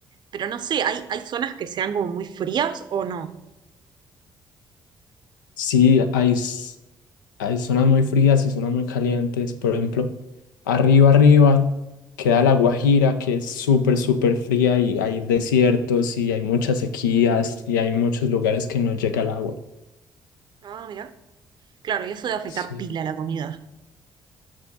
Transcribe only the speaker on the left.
Sí, hay. Hay zonas muy frías y zonas muy calientes. Por ejemplo, arriba, arriba queda La Guajira, que es súper, súper fría y hay desiertos y hay muchas sequías y hay muchos lugares que no llega el agua.
Sí,